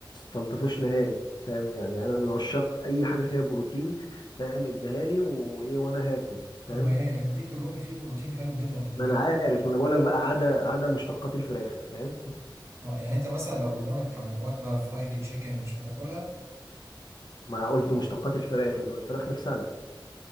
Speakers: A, on the left; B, on the right.
A: بلطفوش نهائي فاهم يعني انا من عشاق اي حاجه فيها بروتين فاهم اديها لي وايه وانا هاكل فاهم
B: طب ما هي الديك الرومي فيه بروتين حلو جدا خلي
A: ما
B: بالك
A: انا عارف ما انا بقول لك بقى عدا عدا مشتقات الفراخ فاهم
B: اه يعني انت مثلا لو قدامك يعني وجبه فرايدي تشيكن مش هتاكلها
A: ما قلت مشتقات الفراخ انما الفراخ نفسها لا